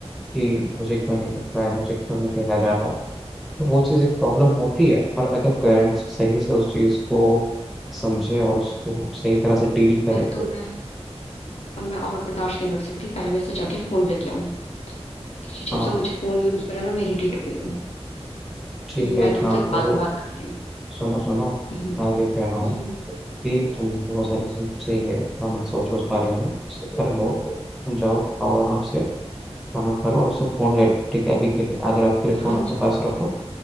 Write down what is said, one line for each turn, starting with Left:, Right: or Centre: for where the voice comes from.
Centre: कि मुझे क्यों नहीं मिल रहा है मुझे क्यों नहीं कहा जा रहा है तो वो चीज़ एक प्रॉब्लम होती है पर अगर पेरेंट्स सही से उस चीज़ को समझे और उसको सही तरह से डील करें
Left: पहले
Centre: तो
Left: तो मैं अब मैं और बर्दाश्त नहीं कर सकती पहले मैं इससे जाके फोन लेके आऊं ये जब
Centre: हाँ
Left: से मुझे फोन यूज करा ना मैं इरिटेट हो गई हूँ
Centre: ठीक
Left: मैं
Centre: है काम
Left: तुमसे बाद
Centre: करो
Left: में बात करती हूँ
Centre: सुनो सुनो
Left: हम्म,
Centre: मैं भी कह रहा हूँ
Left: हम्म,
Centre: कि तुम बहुत सारी चीज़ें सही है इतना मत सोचो उस बारे में इसे कर लो तुम जाओ खाओ आराम से खाना खा लो और उससे फ़ोन ले लो ठीक है अभी के लिए आज रात के लिए
Left: हाँ
Centre: फ़ोन अपने
Left: जी
Centre: पास रखो